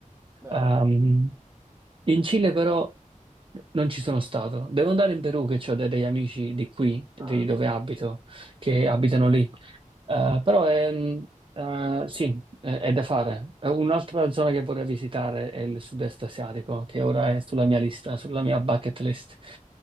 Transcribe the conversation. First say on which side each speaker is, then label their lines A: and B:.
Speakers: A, on the right (about 15°); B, on the right (about 40°).
A: beh,
B: Ehm,
A: ma,
B: in Cile però non ci sono stato. Devo andare in Perù che ho degli amici di qui, di
A: Ah,
B: dove abito, che abitano lì. Eh, però è, mh, eh, sì, è, è da fare. Eh, Un'altra zona che vorrei visitare è il sud-est asiatico, che ora è sulla mia lista, sulla mia bucket list.